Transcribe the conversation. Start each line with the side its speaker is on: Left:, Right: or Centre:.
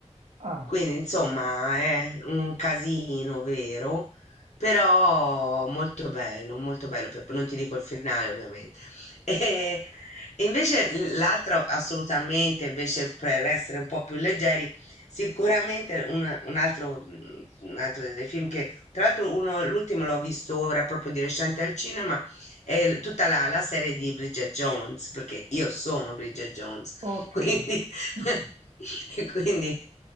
Right: Ah,
Left: Quindi, insomma, è un casino vero, però molto bello, molto bello. per- Non ti dico il finale, ovviamente. <laughs> E invece l'altro assolutamente, invece per essere un po' più leggeri, Sicuramente una- un, altro, mm, un altro dei film che, tra l'altro, uno- l'ultimo l'ho visto ora proprio di recente al cinema, è l- tutta la, la serie di Bridget Jones, perché io sono Bridget Jones,
Right: ok.
Left: <laughs> quindi, <laughs>
Right: <laughs>
Left: quindi